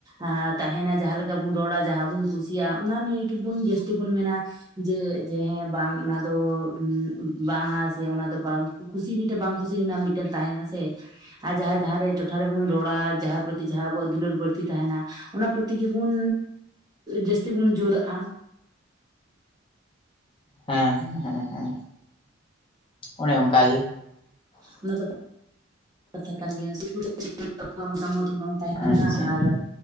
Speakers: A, on the right; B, on the left.
A: ᱟᱸ ᱛᱟᱦᱮᱱᱟ ᱡᱟᱦᱟᱸ ᱞᱮᱠᱟ ᱵᱚᱱ ᱨᱚᱲᱟ ᱡᱟᱦᱟᱸ ᱵᱚᱱ ᱠᱩᱥᱤᱭᱟᱜᱼᱟ ᱚᱱᱟ ᱱᱤᱭᱟᱹ ᱜᱮᱵᱚᱱ ᱡᱟᱹᱥᱛᱤ ᱵᱚᱱ ᱢᱮᱱᱟ ᱡᱮ ᱡᱮ ᱦᱮᱸ ᱵᱟᱝ ᱚᱱᱟ ᱫᱚ ᱩᱸ ᱵᱟᱝ-ᱟ ᱡᱮ ᱚᱱᱟ ᱫᱚ ᱵᱟᱝ ᱠᱩᱥᱤ ᱢᱤᱫᱴᱮᱱ ᱵᱟᱝ ᱠᱩᱥᱤ ᱨᱮᱱᱟᱜ ᱢᱤᱫᱴᱮᱱ ᱛᱟᱦᱮᱱᱟ ᱥᱮ᱾ ᱟᱨ ᱡᱟᱦᱟᱸ ᱡᱟᱦᱟᱸᱨᱮ ᱴᱚᱴᱷᱟ ᱨᱮᱵᱚᱱ ᱨᱚᱲᱟ ᱡᱟᱦᱟᱸᱭ ᱯᱨᱚᱛᱤ ᱡᱟᱦᱟᱸ ᱟᱵᱚᱣᱟᱜ ᱫᱩᱞᱟᱹᱲ ᱵᱟᱹᱲᱛᱤ ᱛᱟᱦᱮᱱᱟ᱾ ᱚᱱᱟ ᱯᱨᱚᱛᱤ ᱜᱮᱵᱚᱱ ᱡᱟᱹᱥᱛᱤ ᱵᱩᱱ ᱡᱳᱨᱟᱜᱼᱟ᱾
B: ᱦᱮᱸ ᱦᱮᱸ ᱦᱮᱸ ᱚᱱᱮ ᱚᱱᱠᱟ ᱜᱮ᱾
A: ᱚᱱᱟ ᱫᱚ ᱠᱟᱛᱷᱟ ᱠᱟᱱ ᱜᱮᱭᱟ <unintelligible> ᱢᱚᱛᱟᱢᱚᱛ ᱦᱚᱸ ᱵᱟᱝ ᱛᱟᱦᱮᱱᱟ
B: ᱟᱪᱪᱷᱟ
A: ᱟᱨ